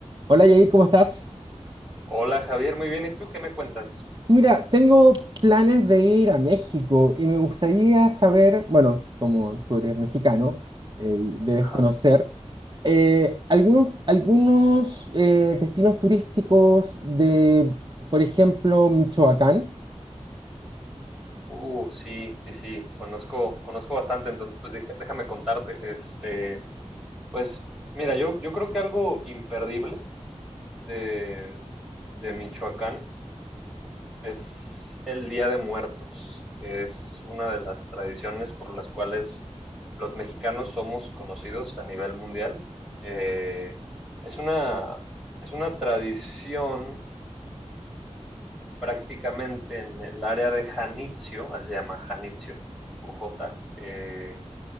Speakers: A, on the right; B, in the centre.
A: Hola Yair, ¿cómo estás?
B: Hola Javier, muy bien. ¿Y tú qué me cuentas?
A: Mira, tengo planes de ir a México y me gustaría saber, bueno, como tú eres mexicano, eh, y debes
B: Ajá.
A: conocer eh, algunos, algunos eh, destinos turísticos de, por ejemplo, Michoacán.
B: Uh, sí, sí, sí. Conozco, conozco bastante, entonces pues deja- déjame contarte. Este, pues mira, yo, yo creo que algo imperdible de, de Michoacán es el Día de Muertos, que es una de las tradiciones por las cuales los mexicanos somos conocidos a nivel mundial. Eh, es una, es una tradición prácticamente en el área de Janitzio, así se llama Janitzio, con J, eh,